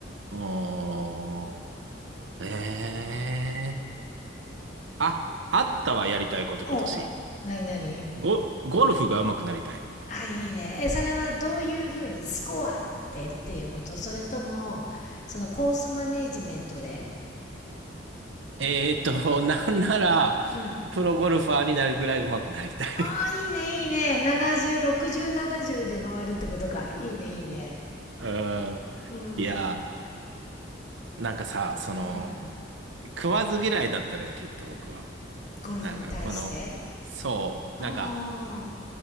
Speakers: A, on the right (about 75°); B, on the left (about 40°).
A: うーん。ええあ、あったわ、やりたいこと、
B: お、
A: 今年。
B: なになに
A: ゴ、ゴルフが上手くなりたい。
B: あ、いいね。え、それはどういうふうにスコアでっていうことそれとも、そのコースマネジメントで
A: えーっと、<laughs> なんなら、
B: うん。
A: プロゴルファーになるぐらい上手くなりたい
B: ああ、いいね、いいね。70、60、70で回るってことか。いいね、いいね。
A: <laughs> うん。
B: うん。
A: いや、なんかさ、その、
B: うん。
A: 食わず嫌いだったのよ、きっと僕は。
B: ゴルフに対して
A: なんか、この、そう、
B: ああ、
A: なんか、